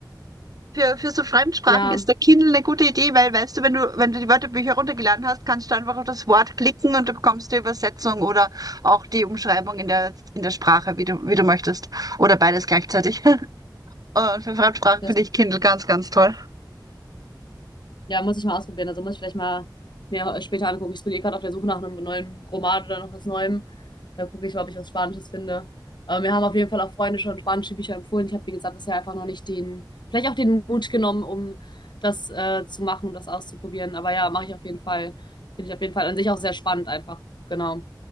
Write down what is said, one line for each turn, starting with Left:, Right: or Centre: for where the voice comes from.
Right: Für, für so Fremdsprachen
Left: ja,
Right: ist der Kindle eine gute Idee, weil weißt du, wenn du, wenn du die Wörterbücher runtergeladen hast, kannst du einfach auf das Wort klicken und du bekommst die Übersetzung oder auch die Umschreibung in der, in der Sprache, wie du, wie du möchtest. Oder beides gleichzeitig. <laughs> Und für Fremdsprachen
Left: das
Right: finde ich Kindle ganz, ganz toll.
Left: Ja, muss ich mal ausprobieren. Also muss ich vielleicht mal mir später angucken. Ich bin eh gerade auf der Suche nach einem neuen Roman oder noch was Neuem. Da gucke ich mal, ob ich was Spanisches finde. Äh, mir haben auf jeden Fall auch Freunde schon spanische Bücher empfohlen. Ich habe, wie gesagt, bisher einfach noch nicht den, vielleicht auch den Mut genommen, um das äh, zu machen, um das auszuprobieren. Aber ja, mache ich auf jeden Fall. Finde ich auf jeden Fall an sich auch sehr spannend einfach. Genau.